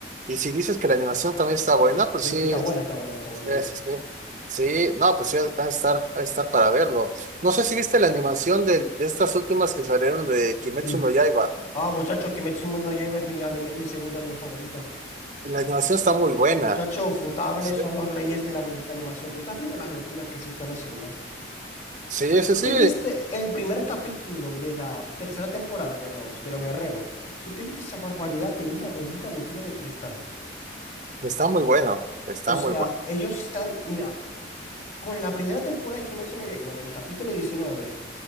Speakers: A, on the right; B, on the left.
A: Y si dices que la animación también está buena, pues
B: Es
A: sí,
B: que está
A: es-
B: buena, está buena, está buena.
A: es- es- sí, no, pues sí, va a estar, va a estar para verlo. No sé si viste la animación de, de estas últimas que salieron de Kimetsu
B: Ujú.
A: no Yaiba.
B: Ah, muchachos, Kimetsu no Yaiba es mi anime, mi segundo anime favorito.
A: La animación está muy buena.
B: Muchacho, Futable
A: Sí,
B: son los reyes de la bendita animación. Tú estás viendo las locuras que se están haciendo.
A: sí, sí,
B: Tú
A: sí,
B: te viste el primer capítulo de la tercera temporada de los, de los Herreros. Tú te viste esa barbaridad de una bendita botella de cristal.
A: está muy bueno, está
B: O sea,
A: muy bueno.
B: ellos están, mira, con la primera temporada de Kimetsu no Yaiba, en el capítulo 19,